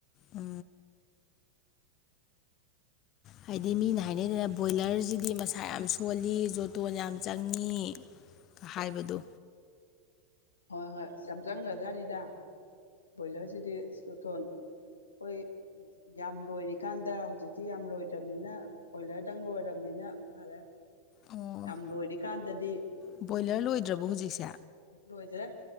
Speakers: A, on the left; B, on the left.
A: ꯑ ꯍꯥꯏꯗꯤ ꯃꯤꯅ ꯍꯥꯏꯅꯩꯗꯅ ꯕꯣꯏꯂꯔꯁꯤꯗꯤ ꯃꯁꯥ ꯌꯥꯝ ꯁꯣꯜꯂꯤ ꯖꯣꯇꯣꯟ ꯌꯥꯝ ꯆꯪꯉꯤ ꯍꯥꯏꯕꯗꯨ
B: ꯍꯣꯏ ꯍꯣꯏ ꯌꯥꯝ ꯆꯪꯈ꯭ꯔꯖꯥꯠꯅꯤꯗ ꯕꯣꯏꯂꯔꯁꯤꯗꯤꯣꯊꯣꯟ ꯑꯩꯈꯣꯏ ꯌꯥꯝ ꯂꯣꯏꯔꯤꯀꯥꯟꯗ ꯍꯧꯖꯤꯛꯇꯤ ꯌꯥꯝ ꯂꯣꯏꯗ꯭ꯔꯕꯅꯤꯅ ꯕꯣꯏꯂꯔꯗꯪ ꯂꯣꯏꯔꯕꯅꯦ ꯅ ꯐꯔꯦ
A: ꯑꯣ
B: ꯌꯥꯝ ꯂꯣꯏꯔꯤꯀꯥꯟꯗꯗꯤ
A: ꯕꯣꯏꯂꯔ ꯂꯣꯏꯗ꯭ꯔꯕꯣ ꯍꯧꯖꯤꯛꯁꯦ
B: ꯂꯣꯏꯗ꯭ꯔꯦ